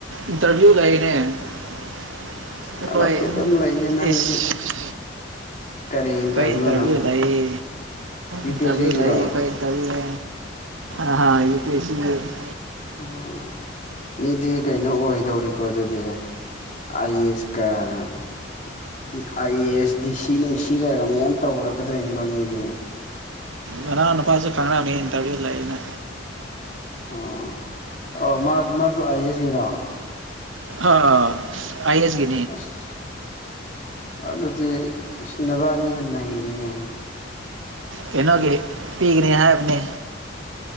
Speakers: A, on the right (about 80°); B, on the left (about 40°).
A: ꯏꯟꯇꯔꯚꯤꯌꯨ ꯂꯩꯅꯦ ꯑꯩꯈꯣꯏ
B: ꯊꯕꯛꯇꯤ ꯑꯗꯨꯝ ꯂꯩꯌꯦ ꯅꯪꯒꯤꯁꯨ
A: ꯏꯁ
B: ꯀꯔꯤ ꯏꯟꯇꯔꯚꯤꯌꯨꯅꯣ
A: ꯑꯩꯈꯣꯏ ꯏꯟꯇꯔꯚꯤꯌꯨ ꯂꯩꯌꯦ
B: ꯌꯨ
A: ꯏꯟꯇꯔꯚꯤꯌꯨ
B: ꯄꯤ ꯑꯦꯁ ꯁꯤꯒꯤꯔꯣ
A: ꯂꯩꯌꯦ ꯑꯩꯈꯣꯏ ꯀꯔꯤꯌꯦ ꯑꯍꯥ ꯏ ꯌꯨ ꯄꯤ ꯁꯤ ꯑꯦꯁꯀꯤ
B: ꯑꯣ ꯃꯤꯗꯤ ꯀꯩꯅꯣ ꯑꯣꯏꯗꯧꯔꯤꯀꯣ ꯑꯗꯨꯗꯤ ꯑꯥꯏ ask I A S D ꯁꯤ ꯅꯨꯡꯁꯤ ꯈꯔ ꯃꯌꯥꯝ ꯇꯧꯔꯛꯀꯗꯣꯏꯅꯤꯀꯣ ꯃꯤꯗꯤ
A: ꯚꯥꯔꯥ ꯅꯨꯄꯥꯖꯨ ꯈꯪꯅꯕꯅꯦ ꯏꯟꯇꯔꯚꯤꯌꯨ ꯂꯩꯌꯦꯅꯦ
B: ꯑꯣ ꯑꯣ ꯃꯥꯁꯨ ꯃꯥꯁꯨ ꯑꯥꯏ ꯑꯦꯁꯒꯤꯔꯣ
A: ꯑꯥ ꯑꯥꯥꯏ ꯑꯦꯁꯀꯤ
B: ꯑꯁ ꯑꯗꯨꯗꯤ ꯅꯕꯥꯟꯅꯤꯅ ꯅꯩꯔꯦꯅꯦ
A: ꯀꯅꯣꯒꯤ ꯄꯤꯒꯅꯤ ꯄꯤꯒꯤꯅꯤ ꯍꯥꯏꯔꯝꯃꯦ